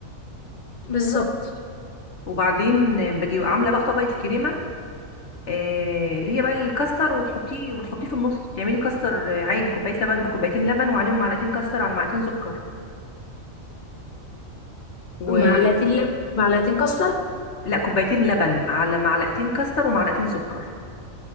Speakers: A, on the left; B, on the left.
A: بالظبط
B: وبعدين باجي عامله بقى طبقه الكريمه آه، اللي هي بقى الكاستر وتحطيه وتحطيه في النص تعملي كاستر آه، عادي كوبايه لبن كوبايتين لبن وعليهم معلقتين كاستر على معلقتين سكر و
A: معلقتين لبن معلقتين كاستر
B: لا كوبايتين لبن على معلقتين كاستر ومعلقتين سكر